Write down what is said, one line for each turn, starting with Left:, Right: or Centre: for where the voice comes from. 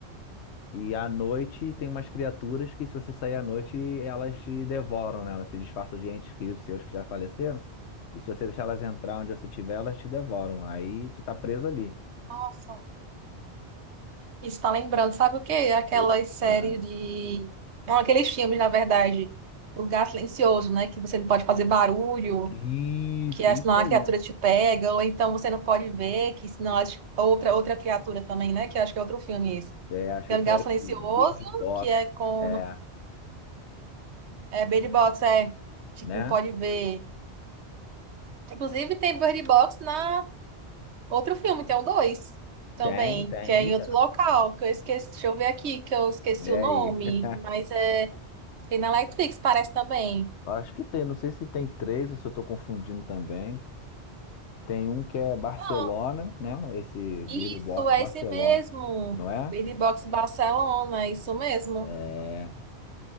Left: E à noite tem umas criaturas que se você sair à noite, elas te devoram, né? Elas se disfarçam de entes queridos seus que já faleceram. E se você deixar elas entrar onde você estiver, elas te devoram. Aí tu tá preso ali.
Right: Nossa, Isso tá lembrando, sabe o quê? Aquelas
Left: Ô,
Right: séries
Left: Ah,
Right: de. Não, aqueles filmes, na verdade. O Lugar Silencioso, né? Que você não pode fazer barulho,
Left: isso,
Right: que a-
Left: isso
Right: senão a
Left: aí.
Right: criatura te pega, ou então você não pode ver, que senão as... outra, outra criatura também, né? Que eu acho que é outro filme esse.
Left: É, acho
Right: Tem
Left: que esse
Right: o Lugar
Left: é o
Right: Silencioso,
Left: Bird Box.
Right: que é com.
Left: É,
Right: É Bird Box, é. Tipo,
Left: né?
Right: não pode ver. Inclusive tem Bird Box na outro filme, tem o dois também,
Left: Tem, tem.
Right: que é em outro local, que eu esqueci. Deixa eu ver aqui, que eu esqueci
Left: Vê
Right: o
Left: aí.
Right: nome,
Left: <laughs>
Right: mas é. Tem na Netflix, parece também.
Left: Acho que tem, não sei se tem três ou se eu estou confundindo também. Tem um que é Barcelona,
Right: Não,
Left: né? Esse Bird
Right: isso,
Left: Box
Right: é
Left: Barcelona,
Right: esse mesmo.
Left: não é?
Right: Bird Box Barcelona, é isso mesmo.
Left: É.